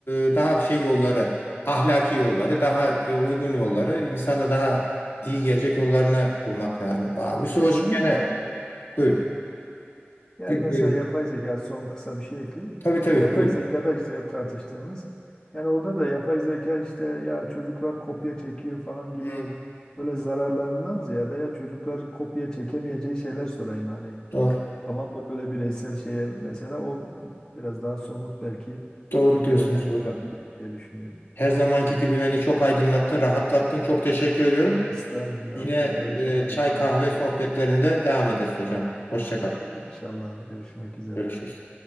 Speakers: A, on the left; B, on the left.
A: e, daha şey yolları, ahlaki yolları, daha e, uygun yolları, insana daha iyi gelecek yollarını bulmak lazım. Aa, Yusuf
B: Kesinlikle
A: Hocam gene
B: yani,
A: buyur.
B: yani
A: E,
B: mesela
A: e,
B: yapay zeka son kısa bir şey ekleyeyim.
A: Tabii tabii
B: Yapay
A: buyur.
B: zekada işte hep tartıştığımız yani orada da yapay zeka işte ya çocuklar kopya çekiyor falan gibi
A: Hmm.
B: böyle zararlarından ziyade ya çocuklar kopya çekemeyeceği şeyler sorayım hani
A: Doğru.
B: tamamen böyle bireysel şeye mesela o biraz daha somut belki
A: Doğru
B: bir
A: diyorsun
B: örnek
A: Yusuf Hocam.
B: olabilir diye düşünüyorum.
A: Her zamanki gibi beni çok aydınlattın, rahatlattın. Çok teşekkür ediyorum.
B: Estağfurullah.
A: Yine
B: Ben çok aydınlanmış
A: e, çay kahve
B: oldum.
A: sohbetlerinde devam ederiz hocam. Hoşça kal.
B: Ee, İnşallah görüşmek üzere.
A: Görüşürüz.